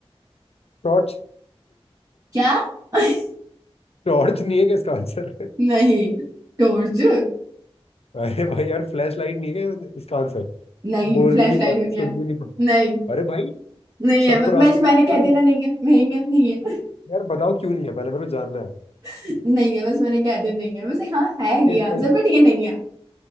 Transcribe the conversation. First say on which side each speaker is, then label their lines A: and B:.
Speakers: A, on the left; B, on the right.
A: टॉर्च
B: क्या <laughs>
A: टॉर्च नहीं है क्या इसका आंसर
B: नहीं टोरचू
A: अरे भाई यार फ्लैश लाइट नहीं है क्या इसका आंसर
B: नहीं
A: बोल
B: फ्लैश
A: भी नहीं
B: लाइट
A: पाती
B: भी नहीं
A: सुन
B: है
A: भी नहीं पाती
B: नहीं
A: अरे भाई
B: नहीं है
A: सबको रास्ता
B: बस मैंने
A: क्यों
B: कह
A: नहीं
B: दिया
A: है?
B: ना नहीं है नहीं है नहीं है
A: यार बताओ क्यों नहीं है पहले मेरे को जानना है
B: <laughs> नहीं है बस मैंने कह दिया नहीं है वैसे हाँ है ये
A: ए, पहले-
B: आंसर बट ये नहीं है